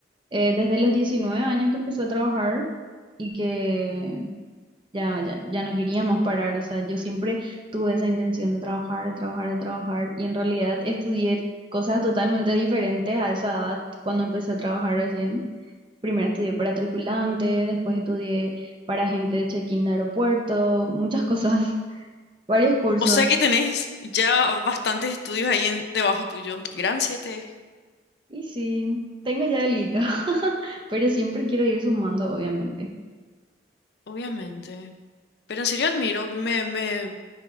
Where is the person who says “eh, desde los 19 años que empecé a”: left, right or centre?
Right